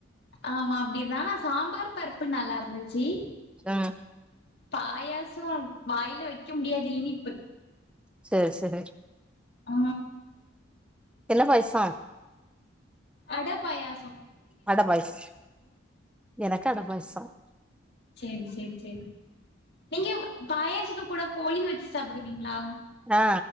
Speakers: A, on the left (about 55°); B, in the centre.
A: ஆமா அப்டி தா ஆனா சாம்பார் பருப்பு நல்லார்ந்துச்சி
B: செம
A: பாயாசோ வாய்ல வெக்க முடியாது இனிப்பு
B: செரி செரி
A: ஆ
B: என்ன பாய்சோ
A: அட பாயாசோ
B: அட பாய்ஸ் எனக்கு அட பாய்சோ
A: சேரி சேரி சேரி நீங்க பாயசத்து கூட போலி வெச்சு சாப்புடுவீங்ளா
B: ஆ